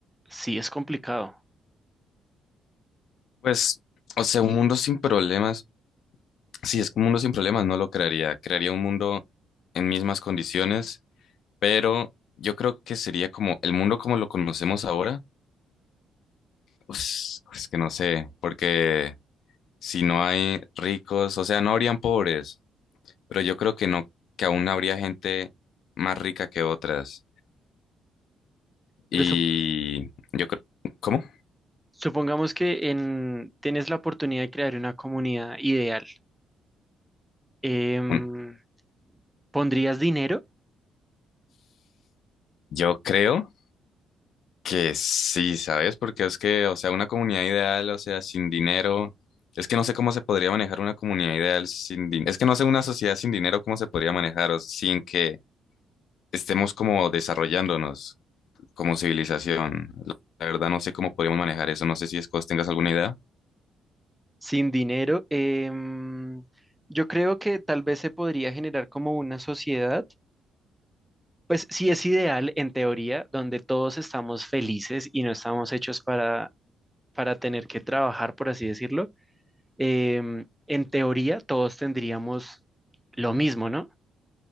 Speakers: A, in the centre; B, on the left (about 70°).
A: Sí, es complicado,
B: Pues, o sea, un mundo sin problemas, si es que un mundo sin problemas no lo crearía, crearía un mundo en mismas condiciones, pero yo creo que sería como el mundo como lo conocemos ahora, pues, es que no sé, porque si no hay ricos, o sea, no habrían pobres, pero yo creo que no, que aún habría gente más rica que otras.
A: pero
B: Y
A: sup-
B: yo creo, ¿cómo?
A: supongamos que en, tienes la oportunidad de crear una comunidad ideal. Em,
B: Mm.
A: ¿pondrías dinero?
B: Yo creo que sí, ¿sabes? Porque es que, o sea, una comunidad ideal, o sea, sin dinero, es que no sé cómo se podría manejar una comunidad ideal sin dinero, es que no sé una sociedad sin dinero cómo se podría manejar o sea, sin que estemos como desarrollándonos como civilización. La verdad no sé cómo podríamos manejar eso, no sé si Escos tengas alguna idea.
A: Sin dinero, em, yo creo que tal vez se podría generar como una sociedad, pues sí es ideal en teoría, donde todos estamos felices y no estamos hechos para, para tener que trabajar, por así decirlo. Em, en teoría, todos tendríamos lo mismo, ¿no?